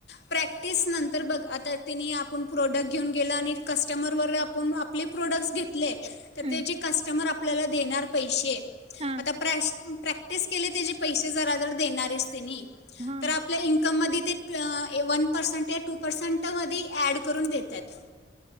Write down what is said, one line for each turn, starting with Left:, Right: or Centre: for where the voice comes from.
Left: प्रॅक्टिस नंतर बघ आता तिने आपण प्रोडक्ट घेऊन गेलं आणि कस्टमरवर आपण आपले प्रोडक्ट्स घेत ले तर
Right: हम्म
Left: ते जे कस्टमर आपले आपल्याला देणार पैसे
Right: हा
Left: आता प्रॅश प्रॅक्टिस केले त्याचे पैसे जरा जर देणारच तेनी
Right: हा
Left: तर आपल्या इन्कममध्ये ते ट वन पर्सेंट या टू पर्सेंटमध्ये ॲड करून देत्यात